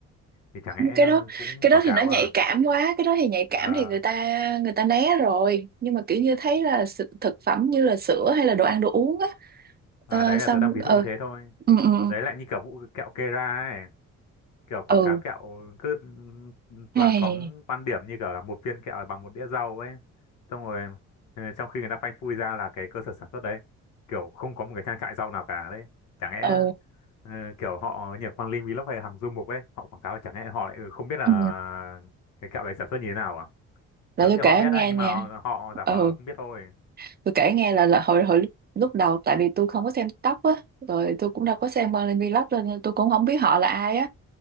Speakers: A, on the left; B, on the right.
A: thì chẳng lẽ
B: Nhưng cái đó
A: cũng
B: cái
A: quảng
B: đó
A: cáo
B: thì nó nhạy
A: à
B: cảm quá cái đó thì nhạy cảm
A: Ờ,
B: thì người ta người ta né rồi nhưng mà kiểu như thấy là sự- thực phẩm như là sữa hay là đồ ăn đồ uống á
A: Ờ,
B: ờ,
A: đấy là
B: xong
A: tớ đang ví
B: ờ
A: dụ như thế thôi.
B: ừ ừ
A: Đấy lại như kiểu vụ kẹo Kera ấy. Kiểu quảng
B: ừ
A: cáo kẹo cứ ừ, toàn
B: Hey,
A: phóng quan điểm như kiểu là một viên kẹo là bằng một đĩa rau ấy. Xong rồi ừ, trong khi người ta phanh phui ra là cái cơ sở sản xuất đấy. Kiểu không có một cái trang trại rau nào cả đấy. Chẳng lẽ
B: ừ,
A: ừ, kiểu họ như Quang Linh Vlog hay Hằng Du Mục ấy. Họ quảng cáo chẳng lẽ họ lại không biết là
B: ừ.
A: cái kẹo đấy sản xuất như thế nào à?
B: Để
A: Tớ
B: tôi
A: nghĩ họ
B: kể em
A: biết đấy
B: nghe
A: nhưng
B: nha.
A: mà họ, họ giả
B: Ừ,
A: vờ không biết thôi.
B: tôi kể nghe là, là hồi hồi lúc lúc đầu tại vì tôi không có xem TikTok á, rồi tôi cũng đâu có xem Marley Vlog cho nên là tôi cũng không biết họ là ai á.